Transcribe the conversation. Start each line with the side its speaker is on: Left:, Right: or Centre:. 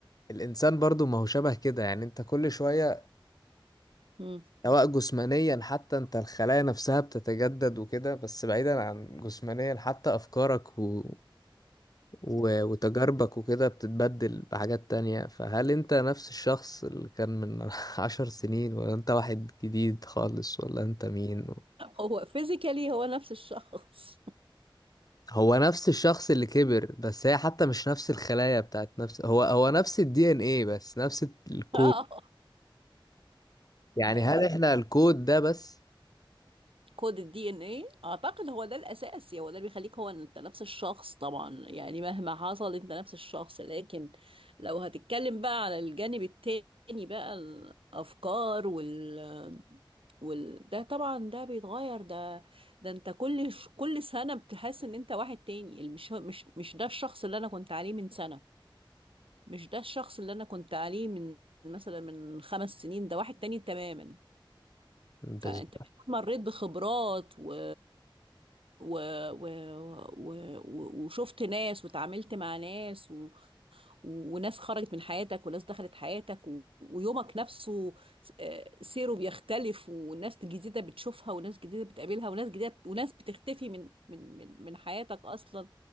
Left: الإنسان برضو ما هو شبه كده يعني أنت كل شوية
Right: امم
Left: سواء جسمانيا حتى أنت الخلايا نفسها بتتجدد وكده بس بعيدا عن جسمانيا حتى أفكارك و... و- وتجاربك وكده بتتبدل بحاجات تانية فهل انت نفس الشخص اللي كان من <laughs> عشر سنين ولا انت واحد جديد خالص ولا انت مين
Right: هو فيزيكالي هو نفس الشخص
Left: هو نفس الشخص اللي كبر بس هي حتى مش نفس الخلايا بتاعت نفس هو هو نفس الدي ان ايه بس نفس الكود
Right: <laughs>
Left: يعني
Right: اه
Left: هل احنا الكود ده بس
Right: كود الدي ان ايه اعتقد هو ده الاساس يعني هو ده اللي بيخليك هو إن انت نفس الشخص طبعا يعني مهما حصل انت نفس الشخص لكن لو هتتكلم بقى على الجانب التاني بقى الافكار وال وال ده طبعا ده بيتغير ده ده انت كل ش- كل سنة بتحس ان انت واحد تاني ال- مش مش مش ده الشخص اللي انا كنت عليه من سنة مش ده الشخص اللي انا كنت عليه من مثلا من خمس سنين ده واحد تاني تماما
Left: بس
Right: فانت بتكون مريت بخبرات و... و... و... و... و... وشفت ناس وتعاملت مع ناس و... و... وناس خرجت من حياتك وناس دخلت حياتك و... ويومك نفسه س- آه، سيره بيختلف وناس جديدة بتشوفها وناس جديدة بتقابلها وناس جديدة وناس بتختفي من من من, من حياتك أصلا